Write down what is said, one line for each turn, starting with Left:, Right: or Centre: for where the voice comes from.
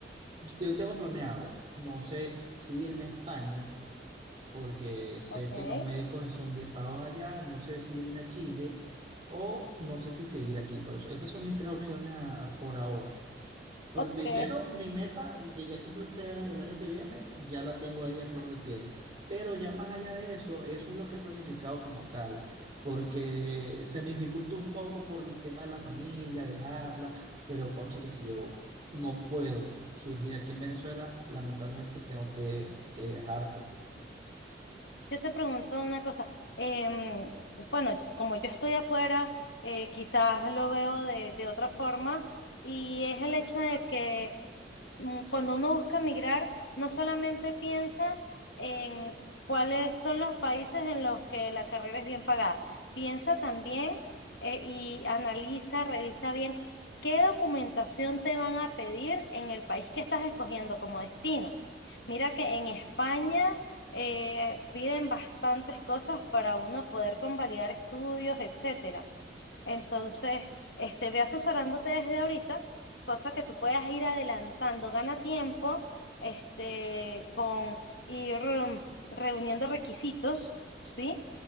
Right: yo tengo planeado, no sé si irme a España. porque sé
Left: ok.
Right: que los médicos son bien pagos allá, no sé si irme a Chile o no sé si seguir aquí. Por eso, esas son mis tres opciones a- a- por ahora. Pero
Left: Ok,
Right: primero, mi meta, que ya cumplo este año- el año que viene, ya la tengo ahí a flor de piel. Pero ya más allá de eso, eso es lo que he planificado como tal, porque se me dificulta un poco por el tema de la familia, dejarla, pero cónchale, si yo no puedo surgir aquí en Venezuela, lamentablemente tengo que, que viajar, pues.
Left: yo te pregunto una cosa. em, bueno, como yo estoy afuera, eh, quizás lo veo de, de otra forma y es el hecho de que mm, cuando uno busca migrar, no solamente piensa en cuáles son los países en los que la carrera es bien pagada, piensa también eh, y analiza, revisa bien qué documentación te van a pedir en el país que estás escogiendo como destino. Mira que en España eh, piden bastantes cosas para uno poder convalidar estudios, etcétera. Entonces, este, ve asesorándote desde ahorita, cosa que tú puedas ir adelantando, gana tiempo, este, con ir mm, reuniendo requisitos, ¿sí?